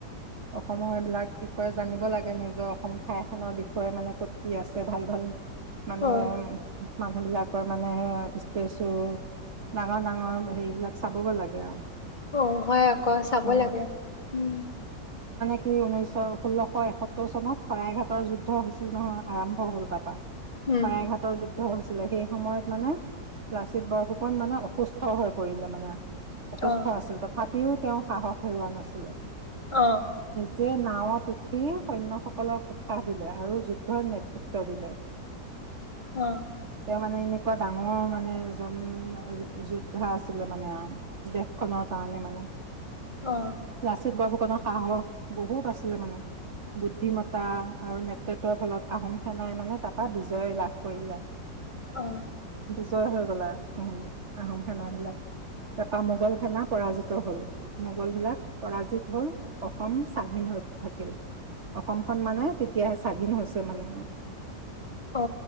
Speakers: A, on the right; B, on the left.
A: অসমৰ সেইবিলাক বিষয়ে জানিব লাগে নিজৰ অসম ঠাইখনৰ বিষয়ে মানে ক'ত কি আছে ভাল ভাল মানে
B: অ
A: উ মানুহ বিলাকৰ মানে ষ্টেচু ডাঙৰ ডাঙৰ হেৰিবলাক চাবগৈ লাগে আৰু
B: অ হয় আকৌ চাব
A: অ
B: লাগে উম'।
A: সি উনৈশ ষোল্লশ এসত্তৰ চনত শৰাইঘাটৰ যুদ্ধ হৈছিল নহয় আৰম্ভ হ'ল তাৰাপা।
B: উম
A: শৰাইঘাটৰ যুদ্ধ হৈছে। ছিলে সেই সময়ত মানে লাচিত বৰফুকন মানে অসুস্থ হৈ পৰিলে মানে। অসুস্থ
B: অ
A: আছিল তথাপি। তথাপিও তেওঁ সাহস হেৰুৱা নাছিলে।
B: অ'।
A: যে নাৱত উঠি সৈন্যসকলক উৎসাহ দিলে আৰু যুদ্ধৰ নেতৃত্ব দিলে।
B: অ'।
A: তেওঁ মানে এনেকুৱা ডাঙৰ মানে এজন যোদ্ধা আছিলে মানে আৰু দেশখনৰ কাৰণে মানে।
B: অ
A: লাচিত বাৰফুকন। লাচিত বৰফুকনৰ সাহস বহুত আছিলে। মানে বুদ্ধিমতা আৰু নেতৃত্বৰ ফলত আহোম সেনাই মানে তাৰ পৰা বিজ- বিজয় লাভ কৰিলে।
B: অ
A: বিজয় হৈ গ'ল আৰু আহোম সেনাবিলাক তাৰপা মোগল সেনা পৰাজিত হ'ল। মোগল বিলাক পৰাজিত হ'ল। অসম স্বাধীন হৈ থাকিল। অসমখন মানে তেতিয়াহে স্বাধীন হৈছে মানে।
B: অ